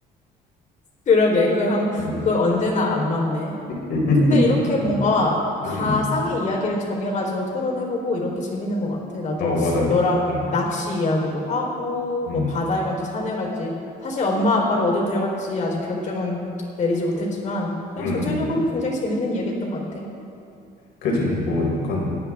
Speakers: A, on the left; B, on the left.
A: 그러게, 그건, 한-
B: 음.
A: 그건 언제나 안 맞네.
B: <laughs>
A: 근데 이렇게 뭔가 가상의
B: 음.
A: 이야기를 정해가지고 토론해보고 이런 게 재밌는 것 같아. 나도
B: 어, 맞아.
A: 너랑
B: 이- 음,
A: 낚시 이야기도 하고,
B: 음,
A: 뭐 바다에 갈지 산에 갈지. 사실 엄마 아빠를 어딜 데려갈지 아직 결정은 내리지 못했지만, 그냥
B: 음.
A: 전체적으로 굉장히 재밌는 이야기였던 것 같아.
B: 그지. 뭐 약간